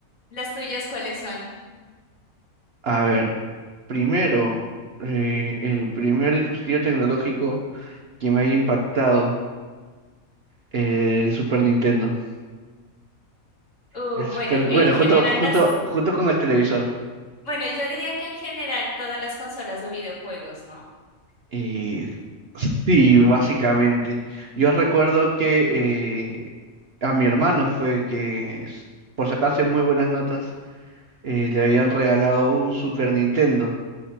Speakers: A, on the left (about 60°); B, on the right (about 55°).
A: las tuyas cuáles son?
B: a ver, primero, eh, el primer dispositivo tecnológico que me haya impactado. eh, el Super Nintendo.
A: Uh,
B: El
A: bueno,
B: Super,
A: en
B: bueno,
A: general
B: junto, junto,
A: las
B: junto con el televisor.
A: Bueno, yo diría que en general todas las consolas de videojuegos, ¿no?
B: Y sí, básicamente. Yo recuerdo que eh, a mi hermano fue que, s- por sacarse muy buenas notas, eh, le habían regalado un Super Nintendo,